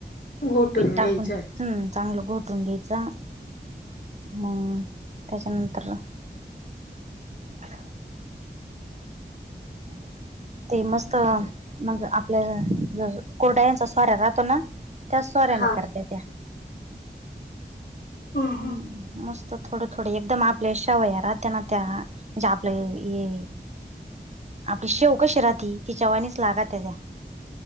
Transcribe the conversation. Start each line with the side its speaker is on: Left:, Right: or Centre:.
Left: घोटून
Right: पीठ टाकून
Left: घ्यायचंय
Right: हम्म चांगलं गोटून घ्यायचं म त्याच्यानंतर ह अ ते मस्त मग आपल्या ज कोरडायांचा सारा राहतो ना त्या सोऱ्याने
Left: हा
Right: करत्या त्या.
Left: हा
Right: हम्म मस् त थोडं थोडे एकदम आपले शावइया राहत्या त्या म्हणजे आपले ये आपली शेव कशी राहती तिच्यावाणीच लागा त्याजा